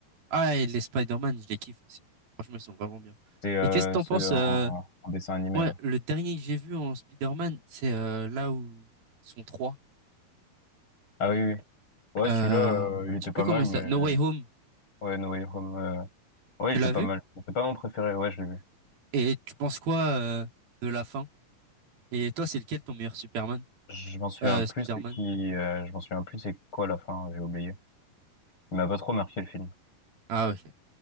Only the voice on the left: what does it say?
C'est euh,
ce
en,
en dessin animé,
là.
Ah oui, oui. Ouais,
celui-là, euh, il était
pas
mal,
mais...
euh,
Ouais, No Way Home... euh, Ouais,
il était
pas
mal. C'est pas mon préféré, ouais, je l'ai vu.
Je m'en souviens
plus,
c'est qui... euh, je m'en souviens plus, c'est quoi la fin, j'ai oublié. Il m'a pas trop marqué, le film.